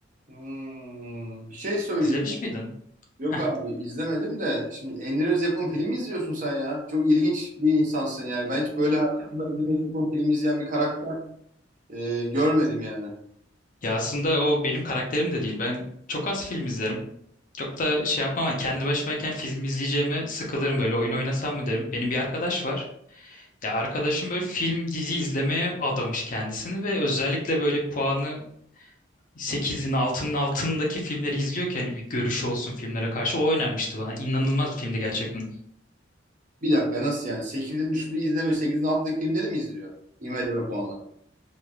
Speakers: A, on the right; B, on the left.
A: Hmm, bir şey söyleyeceğim.
B: İzlemiş miydin?
A: Yok
B: Heh.
A: abi izlemedim de. Şimdi Emre Öz yapım film mi izliyorsun sen ya? Çok ilginç bir insansın yani. Ben hiç böyle hayatımda Emre Öz yapım film izleyen bir karakter e, görmedim yani.
B: Ya aslında o benim karakterim de değil. Ben çok az film izlerim. Çok da şey yapmam. Hani kendi başımayken film izleyeceğime sıkılırım böyle oyun oynasam mı derim. Benim bir arkadaş var. Ya arkadaşım böyle film dizi izlemeye adamış kendisini ve özellikle böyle puanı sekizin altının altındaki filmleri izliyor ki hani bir görüşü olsun filmlere karşı. O önermişti bana. İnanılmaz bir filmdi gerçekten.
A: Bir dakika nasıl yani? sekizin üstü izleme, sekizin alttaki filmleri mi izliyor? IMDb puanı.